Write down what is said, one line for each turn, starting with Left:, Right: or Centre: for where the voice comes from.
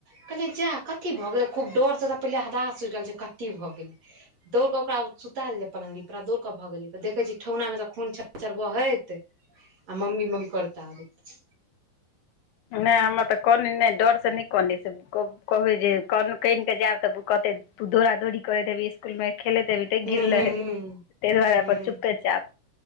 Right: कहलियै जा कथी भ गेलै खूब डर सं त पहिले हदास उड़ि गेल जे कथी भ गेलै। दौड़ क ओकरा सुता देलिअइ पलंगरी पर आ दौड़ क भगलियै त देखै छी ठेहुना पर त खुब छरछर बहैत। आ मम्मी मम्मी करैत आबैत।
Left: नै हमर त कनै नै डरसं नै कनय की से कह कहबै जे। कह कानिक के जाएब त कहतै तू दौड़ा दौड़ी करैत हेबी स्कुल मे खेलैत हेबी। तें
Right: हूँ
Left: गिरलेहें
Right: हूँ
Left: तै दुआरे
Right: हूँ
Left: अपन चुपेचाप